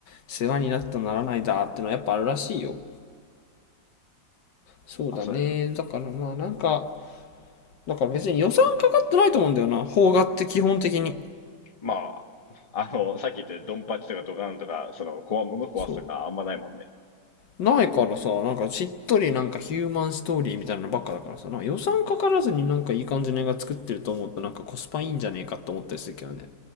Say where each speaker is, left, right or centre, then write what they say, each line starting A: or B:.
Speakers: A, on the left (about 70°); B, on the left (about 20°).
A: 世話になったならないだってのはやっぱあるらしいよ。そうだね。
B: まあそうだよな。
A: だからまあ、なんか、だから別に予算かかってないと思うんだよな。邦画って基本的に。
B: まあ、あの、さっき言ったようにドンパチとかドカンとか、その、壊、物壊すとかあんまないもんね。
A: そう。ないからさ、なんかしっとりなんかヒューマンストーリーみたいなのばっかだからさ、なんか予算かからずになんかいい感じの映画作ってると思うとなんかコスパいいんじゃねえかって思ったりするけどね。